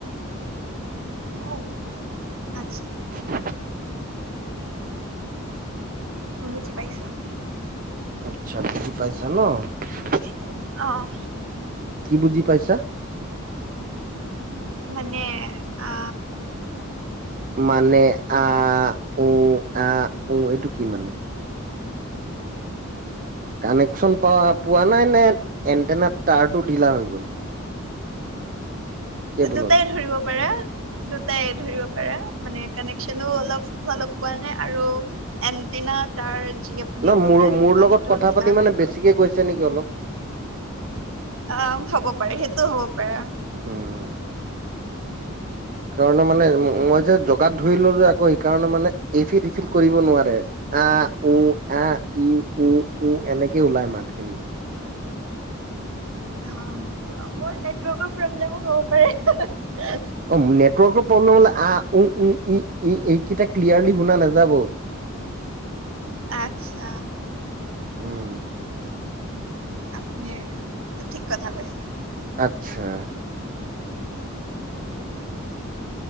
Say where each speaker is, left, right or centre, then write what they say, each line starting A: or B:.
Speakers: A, on the right; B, on the right.
A: অ', আছ
B: <inaudible>
A: উভুতি পাইছো।
B: আচ্ছা বুজি পাইছা ন' <unintelligible>
A: অ'।
B: কি বুজি পাইছা?
A: মানে অ'।
B: মানে আ উ আহ উ এইটো কি মানে। কানেকশচন পোৱা পোৱা নাই নে এণ্টাৰনেট টাৰটো ঢিলা হৈ গ'ল? কেবুলৰ
A: দুটাই ধৰিব দুটাই, দুটাই ধৰিব পাৰা মানে কানেকচনো অলপ অলপ পোৱা নাই আৰু এন্টিনা তাৰ যি আপুনি
B: ন
A: ক'লে
B: মোৰ মোৰ লগত
A: সেইটো
B: কথা
A: ঢিলা
B: পাতি
A: হৈ
B: মানে
A: গ'ল
B: বেছিকে গৈছে নেকি অলপ
A: অ' হব পাৰে সেইটো সেইটো হ'ব।
B: হম।
A: পাৰে
B: কাৰণে মানে মই যে জগাত ধৰি ল'ল যে আকৌ সেইকাৰণে মানে এই ফিলফিল কৰিব নোৱাৰে আ- উ-আ-ই-উ-উ এনেকেই ওলাই মাতখিনি।
A: অ'মোৰ নেটৱৰ্কৰ প্ৰব্লেমো হ'ব পাৰে
B: অ'নেটৱৰ্কৰ প্ৰব্লেম হ'লে আহ-উ- উ-উ-ই এইকেইটা ক্লিয়াৰলি শুনা নাযাব।
A: আতছা।
B: উম
A: আপুনি ঠিক কথা কৈছে।
B: আচ্ছা।